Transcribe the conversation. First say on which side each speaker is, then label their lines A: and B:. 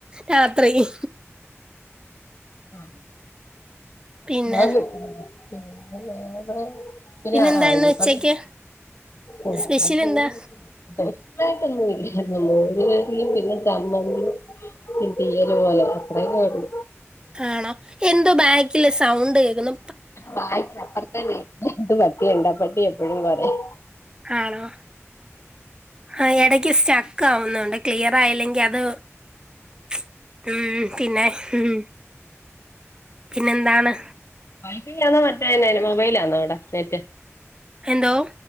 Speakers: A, on the right; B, on the left.
A: രാത്രിയിൽ
B: ആ,
A: പിന്നെ
B: അത് പിന്നെ വേറെ പിന്നെ
A: പിന്നെന്തായിരുന്നു
B: ആഹ് ഇനിയിപ്പോ
A: ഉച്ചക്ക്
B: ഉം
A: സ്പെഷ്യൽ എന്താ
B: <inaudible> പെശാലയിട്ടൊന്നുല്ല മോരുകറി പിന്നെ ചമന്തി. ഈ തീയല് പോലെ അത്രെകൊള്ളു.
A: ആണോ എന്തോ ബാക്കില് സൗണ്ട് കേൾക്കണ്.
B: ബാക്കില് അപർത്തെ വീട്ടില് ഒരു പട്ടിയുണ്ട് ആ പട്ടി എപ്പോഴും കോര <inaudible>
A: ആണോ ആ ഇടക്ക് സ്റ്റേക്കാവുണ്ട് ക്ലിയറയിലെങ്കിൽ അത് ച്ച്. ഉം പിന്നെ ഉം പിന്നെ എന്താണ്.
B: വൈഫൈ ആണോ മറ്റെയാണോ മൊബൈലാണോ അവിടെ അപ്ഡേറ്റ്.
A: എന്തോ.